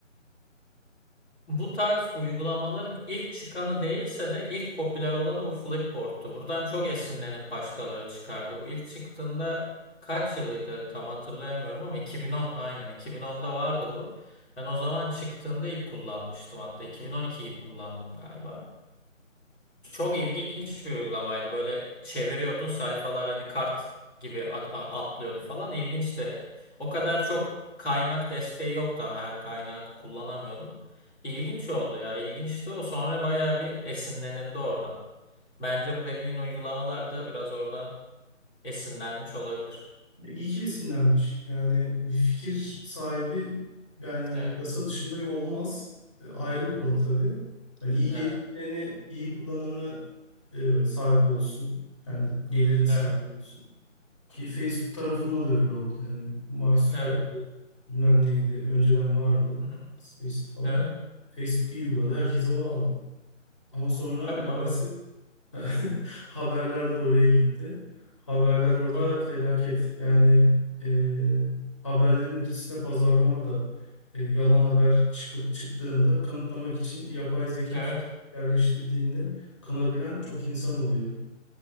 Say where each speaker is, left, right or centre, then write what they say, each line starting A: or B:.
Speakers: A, on the left; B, on the left.
A: Bu tarz uygulamaların ilk çıkanı değilse de ilk popüler olanı bu Flipboard'tu. Buradan çok esinlenip başkaları çıkardı. Bu ilk çıktığında kaç yılıydı tam hatırlayamıyorum ama 2010 aynen 2010'da vardı bu. Ben o zaman çıktığında ilk kullanmıştım hatta 2012 gibi kullandım galiba. Çok ilginç bir uygulamaydı. Böyle çeviriyordun sayfalar hani kart gibi at- a- atlıyordu falan. İlginçti. O kadar çok kaynak desteği yoktu ama her kaynağı kullanamıyordun. İlginç oldu ya. İlginçti o. Sonra bayağı bir esinlenildi oradan. Bence bu dediğin uygulamalar da biraz oradan esinlenmiş olabilir.
B: İyi ki esinlenmiş. Yani bir fikir
A: Hı hı.
B: sahibi yani yani
A: Evet.
B: yasa dışında olmaz. E, ayrı bir
A: Hı
B: konu
A: hı.
B: tabii. Yani iyi geliştireni,
A: Evet.
B: iyi kullananı e, sahip olsun. Yani
A: Hı hı.
B: gelirin sahibi
A: Evet.
B: olsun. Ki Facebook tarafında da öyle oldu. Yani MySQL'di,
A: Evet.
B: bilmem neydi, önceden vardı.
A: Hı hı.
B: Space'ti falan.
A: Evet.
B: Facebook iyi uyguladı, herkese o aldı. Ama sonra
A: Tabii
B: maalesef
A: doğru.
B: <laughs> Haberler de oraya gitti. Haberler orada
A: Doğru.
B: felaket. Yani e, haberlerin ötesinde pazarlama da e, yalan haber çıkıp çıktığında kanıtlamak için bir yapay zeka
A: Evet.
B: yerleştirdiğinde kanabilen çok insan oluyor.